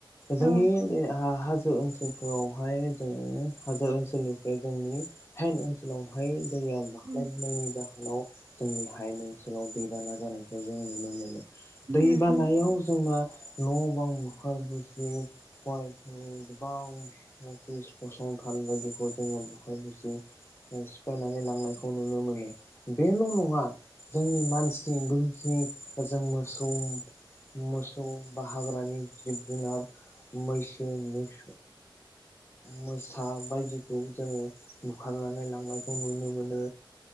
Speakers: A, on the left; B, on the right.
A: जोंनि
B: औ
A: हा हाजो हाजो ओनसोलफोरावहाय जोङो हाजो ओनसोलनि जोंनि हाइेन ओनसोलाव बाहाय दैया दाख्लायबोननायनि
B: उम
A: जा बेव जोंनि हायेन ओनसोलाव दैबाना जानायखौ जों नुनो मोनो।
B: उम
A: दै बानायाव
B: उम
A: जोंना न' बां बुखार बुसि फरायसालि गोबां अफिस फसंथान बायदिखौ जोङो बुखाय बुसि सिफायनानै लांनायखौ नुनो मोनो बेल' नङा जोंनि मानसि बोमसि जों मोसौ मोसौ बा हाग्रानि जिब जुनार मैसो मोस मोसा बायदि जोङो बुखारनानै लांनायखौ नुनो मोनो